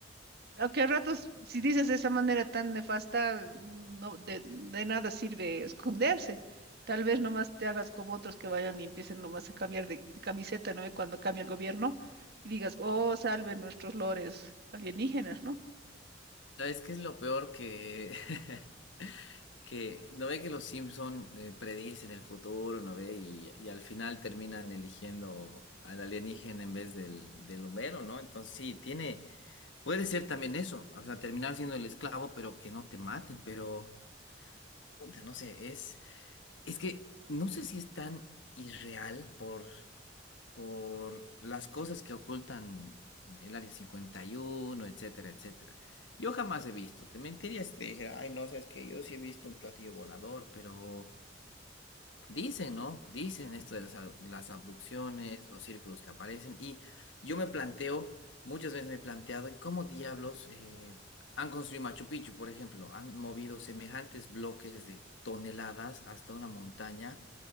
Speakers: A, on the right (about 60°); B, on the left (about 75°).
A: aunque a ratos, si dices de esa manera tan nefasta, mm, no, de, de nada sirve esconderse. Tal vez nomás te hagas como otros que vayan y empiecen nomás a cambiar de, de camiseta, ¿no? Y Cuando cambia el gobierno y digas, oh, salve nuestros lores alienígenas, ¿no?
B: ¿Sabes qué es lo peor que... <laughs> que no ve que los Simpson eh, predicen el futuro, no ve, y, y al final terminan eligiendo al alienígena en vez del, del Homero, ¿no? Entonces sí, tiene, puede ser también eso, o sea, terminar siendo el esclavo, pero que no te maten, pero, puta, no sé, es, es que no sé si es tan irreal por por las cosas que ocultan el Área cincuenta y uno etcétera, etcétera. Yo jamás he visto, te mentiría si te dijera, ay, no, sabes que yo sí he visto un platillo volador, pero dicen, ¿no? Dicen esto de las, a- las abducciones, los círculos que aparecen, y yo me planteo, muchas veces me he planteado, ¿y cómo diablos eh, han construido Machu Picchu, por ejemplo? Han movido semejantes bloques de toneladas hasta una montaña